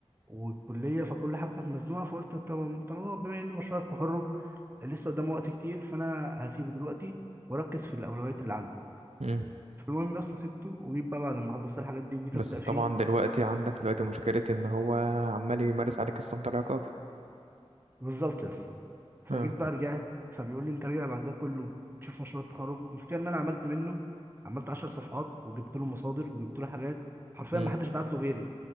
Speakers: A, on the right (about 20°); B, on the right (about 80°).
A: والكليه فكل حاجه كانت مزنوقه فقلت طبعا طالما بما ان مشروع التخرج لسه قدامه وقت كتير فانا هسيبه دلوقتي واركز في الاولويات اللي عندي
B: مم.
A: فالمهم بس سبته وجيت بقى بعد ما خلصت الحاجات دي وجيت
B: بس
A: ابدا فيه
B: طبعا دلوقتي عندك دلوقتي مشكلة إن هو عمال يمارس عليك السلطة العقاب
A: بالظبط بس فجيت
B: اه
A: بقى رجعت فبيقول لي انت راجع بعد ده كله تشوف مشروع التخرج المشكله ان انا عملت منه عملت 10 صفحات وجبت له مصادر وجبت له حاجات حرفيا
B: مم.
A: ما حدش بعت له غيري